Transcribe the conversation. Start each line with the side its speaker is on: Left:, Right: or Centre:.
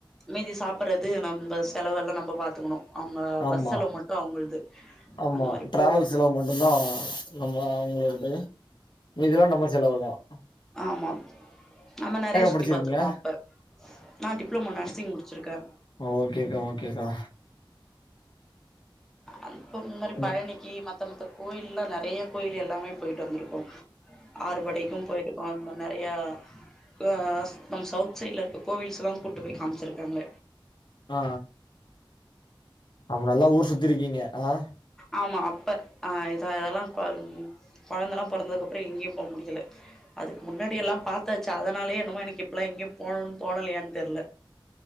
Centre: மீதி சாப்பிற்றது நம்ம செலவெல்லாம் நம்ம பாத்துக்கணும் அவங்க
Left: ஆமா
Centre: பஸ் செலவு மட்டும் அவங்களது
Left: ஆமா
Centre: அந்த மாதிரி
Left: டிராவல்
Centre: போவோம்
Left: செலவு மட்டுந்தா நம்ம அவங்களோடது மீதிலாம் நம்ம செலவுதான்
Centre: ஆமா நம்ம நெறைய சுத்தி
Left: படிச்சிருக்கீங்க
Centre: பாத்துருக்கோம் அப்ப நான் டிப்ளமோ நர்சிங் முடிச்சிருக்கேன்
Left: ஓகேக்கா ஓகேக்கா
Centre: அப்ப இந்த மாதிரி
Left: ம்
Centre: பழனிக்கு மத்த மத்த கோயில்லாம் நெறைய கோயில் எல்லாமே போயிட்டு வந்திருப்போம் ஆறுபடைக்கும் போயிட்டுருப்போம் இன்னும் நெறையா அ நம்ம சவுத் சைடுல இருக்க கோவில்ஸ் எல்லாம் கூட்டு போயி காமிச்சிருக்காங்க
Left: ஆ அப்ப நல்லா ஊர் சுத்தி இருக்கீங்க அ
Centre: ஆமா அப்ப அ இத இதெல்லாம் கொ கொழந்தெல்லாம் பொறந்ததுக்கு அப்றம் எங்கேயும் போ முடியல அதுக்கு முன்னாடி எல்லாம் பாத்தாச்சு அதனாலயே என்னமோ எனக்கு இப்பல்லாம் எங்கயும் போணும்ன்னு தோணலையான்னு தெரில